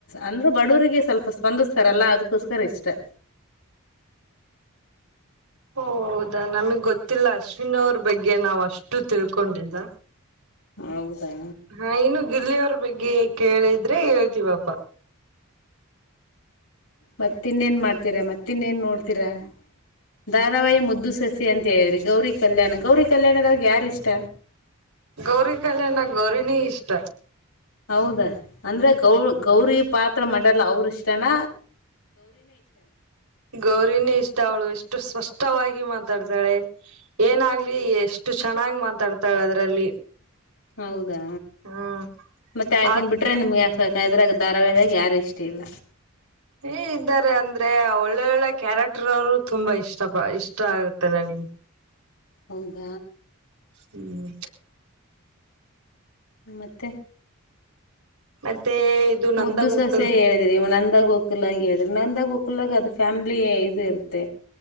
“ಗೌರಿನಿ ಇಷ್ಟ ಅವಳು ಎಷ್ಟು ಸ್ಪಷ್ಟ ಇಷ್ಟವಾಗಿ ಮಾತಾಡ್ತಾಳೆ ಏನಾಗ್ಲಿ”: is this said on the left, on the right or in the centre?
Right